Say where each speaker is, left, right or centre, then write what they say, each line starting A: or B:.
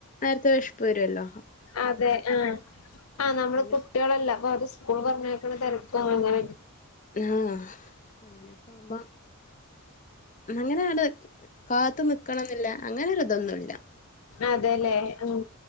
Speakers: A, on the left (about 35°); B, on the left (about 65°).
A: നേരത്തെ വിഷിപ്പ വരുമല്ലോ
B: അതെ ആഹ് ആ നമ്മള്
A: പിന്നെ
B: കുട്ടികളല്ല അപ്പൊ അത് സ്കൂൾ പറഞ്ഞയ്ക്കണ തിരപ്പ അങ്ങന
A: ആഹ് അങ്ങനെയൊക്ക ആമ്പോ അങ്ങനെയ അടെ കാത്ത നിക്കണം എന്നില്ല അങ്ങനെ ഒരു ഇതൊന്നുല്ല
B: അതെല്ലേ ഉം